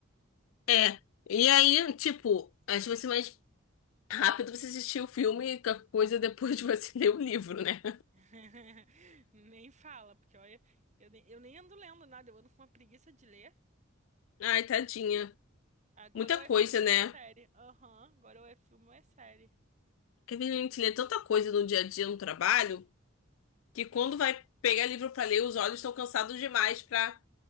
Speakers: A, on the left; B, on the right.
A: É. E aí, tipo, acho que vai ser mais rápido você assistir o filme e a coisa depois de você <laughs> ler o livro, né?
B: <laughs> Nem fala, porque olha, eu nem, eu nem ando lendo nada, eu ando com uma preguiça de ler.
A: Ai, tadinha.
B: Agora
A: Muita
B: ou é
A: coisa,
B: filme ou
A: né?
B: é série. Aham, agora ou é filme ou é série.
A: Porque a gente lê tanta coisa no dia a dia no trabalho que quando vai pegar livro pra ler, os olhos estão cansados demais pra,